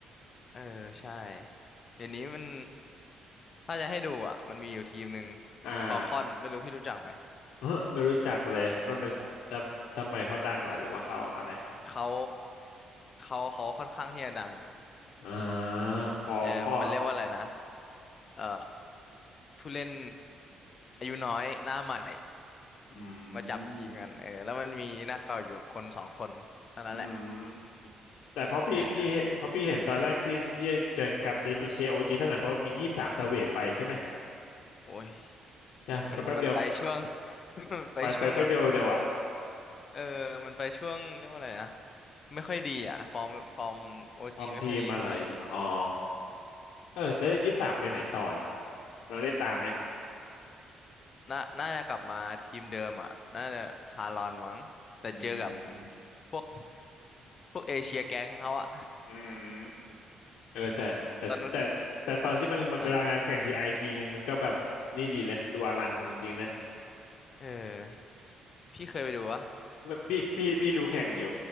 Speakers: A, on the left; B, on the left.
A: เออใช่เดี๋ยวนี้มันถ้าจะให้ดูอ่ะมันมีอยู่ทีมหนึ่ง
B: อ่า <laughs>
A: ฟอลคอนไม่รู้พี่รู้จักไหม
B: เออไม่รู้จักเลยมันเป็นทำทำไมเขาดังล่ะหรือว่าเขาอะไรครับ
A: โอ้โหเขาเขาเขาค่อนข้างที่จะดังอยู่
B: อ่าฟอลข้อ
A: เออมันเรียกว่าอะไรนะเอ่อผู้เล่นอายุน้อยหน้าใหม่
B: อืม
A: มาจับทีมกันเออแล้วมันมีหน้าเก่าอยู่คนสองคนเท่านั้นแหละ
B: อืมแต่เพราะพี่พี่เห็นเพราะพี่เห็นตอนแรกพี่พี่จะกลับไปไปเชียร์โอจีเท่าไหร่เพราะมียี่สิบสามสเวตไปใช่ไหม
A: เออโอ้ย
B: จ้ะไปแป๊บเดียว
A: มันมันไปช่วง <laughs> มันไปช่วงแบบ
B: ไปไปแป๊บเดียวเดียวอะ
A: เออ มันไปช่วงเรียกว่าอะไรนะ ไม่ค่อยดีอ่ะ ฟอร์มฟอร์มโอจีไม่ค่อยดีเท่าไหร่อ่ะ
B: พร้อมทีมอะไรอ๋อเออแต่ยี่สิบสามไปไหนต่อเนี่ยเราได้ตามไหม
A: น่าน่าจะกลับมาทีมเดิมอ่ะ น่าจะทารอนมั้งแต่เจอกับ
B: อืม
A: พวก พวกเอเชียแก๊งเขาอ่ะ
B: อืมเออแต่แต่แต่แต่ตอนที่มันมันเวลางานแข่งทีไอทีหนึ่งมันก็แบบนี่ดีนะดูอลังจริงๆนะ
A: <laughs> ตอนนั้นอ่าเออ พี่เคยไปดูวะ
B: มันพี่พี่พี่ดูแข่งอยู่